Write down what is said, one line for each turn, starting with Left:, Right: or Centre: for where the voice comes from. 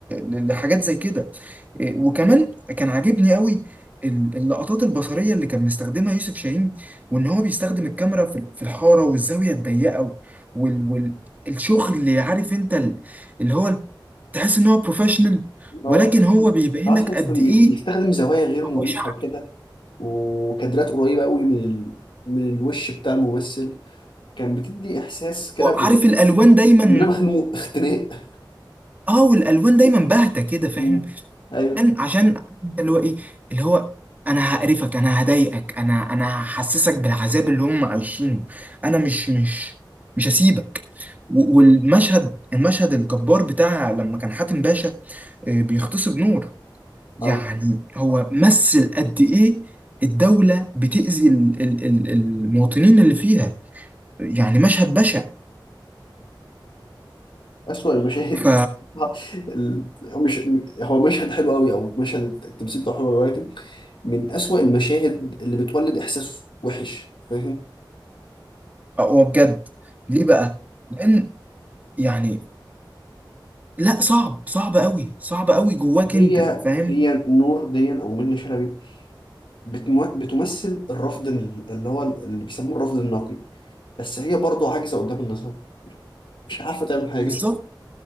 Right: ل- لحاجات زي كده إيه، وكمان كان عاجبني قوي ال- اللقطات البصرية اللي كان مستخدمها يوسف شاهين وان هو بيستخدم الكاميرا في في الحارة والزاوية الضيقة والشغل اللي عارف انت ال- اللي هو تحس ان هو بروفيشنال
Left: اه
Right: ولكن هو بيبين
Left: خلاص
Right: لك
Left: تحسه
Right: قد
Left: كان
Right: ايه
Left: بي- بيستخدم زوايا غير مريحة
Right: هو شعبي
Left: كده وكادرات قريبة قوي من ال... من الوش بتاع الممثل كان بتدي إحساس كده
Right: وعارف
Left: ب...
Right: الالوان دايما
Left: إن أنا مخنوق <laughs> اختناق
Right: اه والالوان دايما باهتة كده فاهم
Left: مم. أيوه
Right: عشان عشان انت اللي هو ايه اللي هو انا هقرفك انا هضايقك انا انا هحسسك بالعذاب اللي هم عايشينه انا مش مش مش هسيبك و- والمشهد المشهد الجبار بتاع لما كان حاتم باشا آه، بيغتصب نور يعني
Left: اه
Right: هو مثل قد ايه الدولة بتأذي ال- ال- ال- المواطنين اللي فيها يعني مشهد بشع
Left: أسوأ المشاهد
Right: ف
Left: <laughs> آه. ال- هو مش هو مشهد حلو قوي أو مشهد التمثيل بتاعه حلو أوي، ولكن من أسوأ المشاهد اللي بتولد إحساس وحش فاهم
Right: هو بجد ليه بقى؟ لأن يعني لا صعب صعب قوي صعب قوي جواك
Left: هي
Right: انت فاهم
Left: هي نور دي أو منة شلبي بتمو- بتمثل الرفض ال- اللي هو ال- اللي بيسموه الرفض النقي بس هي برضه عاجزة قدام النظام مش عارفة تعمل حاجة
Right: بالظبط